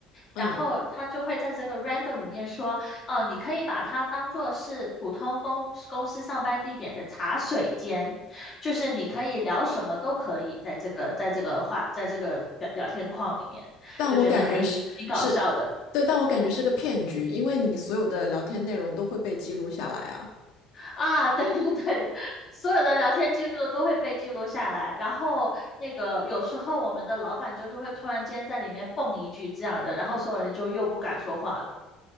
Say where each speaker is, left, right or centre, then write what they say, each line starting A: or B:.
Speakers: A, on the left (about 70°); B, on the left (about 25°).
A: 嗯，
B: 然后他就会在这个 random 里面说，哦，你可以把它当做是普通公公司上班地点的茶水间。就是你可以聊什么都可以，在这个在这个话在这个聊聊天框里面，
A: 但我感觉是是，
B: 就觉得还挺挺搞笑的
A: 对，但我感觉是个骗局，因为你所有的聊天内容都会被记录下来啊。
B: 啊！<laughs> 对的对的，所有的聊天记录都会被记录下来，然后那个有时候我们的老板就是会突然间在里面蹦一句这样的，然后所有人就又不敢说话了。